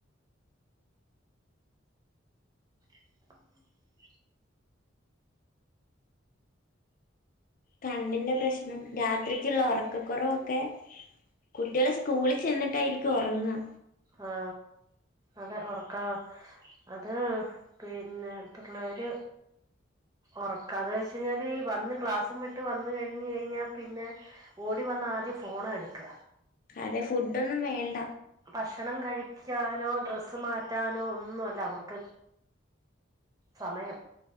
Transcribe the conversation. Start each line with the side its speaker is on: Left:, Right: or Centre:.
Right: <inaudible>
Left: കണ്ണിന്റെ പ്രശ്നം രാത്രിക്ള്ള ഉറക്കക്കുറവൊക്കെ കുട്ട്യാള് സ്കൂളി ചെന്നിട്ടായിരിക്കും ഉറങ്ങ
Right: ആ അതെ ഉറക്കാ അത് പിന്നെ പിള്ളേര് ഓറക്കാന്ന് വെച്ചയ്‌ഞ്ഞാല് വന്ന് ക്ലാസും വിട്ട് വന്ന് കഴിഞ്ഞയ്‌ഞ്ഞാൽ പിന്നെ ഓടി വ ന്ന് ആദ്യം ഫോണാട്ക്ക
Left: അതെ ഫുഡോന്നും വേണ്ട
Right: ഭക്ഷണം കഴിക്കാനോ ഡ്രസ്സ് മാറ്റാനോ ഒന്നുല്ല അവർക്ക് സമയം